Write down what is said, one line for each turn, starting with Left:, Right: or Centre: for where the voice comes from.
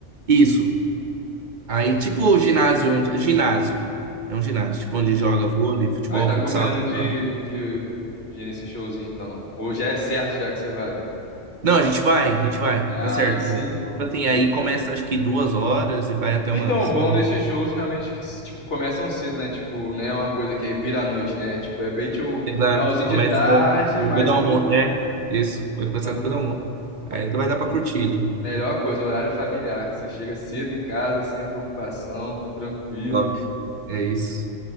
Right: Isso. Aí, tipo o ginásio onde. Ginásio. É um ginásio, tipo,
Left: Uhum.
Right: onde joga vôlei, futebol,
Left: Aí tá
Right: futsal,
Left: combinando
Right: essas
Left: de,
Right: paradas.
Left: de, de ir nesse showzinho, então. Ou já é certo já que você vai?
Right: Não, a gente vai, a gente vai,
Left: Aí
Right: tá certo
Left: sim,
Right: já. Tipo
Left: pô.
Right: Assim,
Left: Curte.
Right: aí começa acho que duas horas e vai até
Left: Então,
Right: umas
Left: o bom
Right: 11.
Left: desses shows realmente que, tipo, começam cedo, né? Tipo, não é uma coisa que aí vira à noite, né? Tipo, é bem o
Right: Exato,
Left: finalzinho
Right: começa
Left: de tarde,
Right: depois
Left: mais
Right: do
Left: pro.
Right: almoço. É, isso, vai começar
Left: finalzinho
Right: depois do almoço.
Left: de-
Right: Aí vai dar pra curtir ali.
Left: Melhor coisa, horário familiar, que você chega cedo em casa, sem preocupação, tranquilo.
Right: Top, é isso.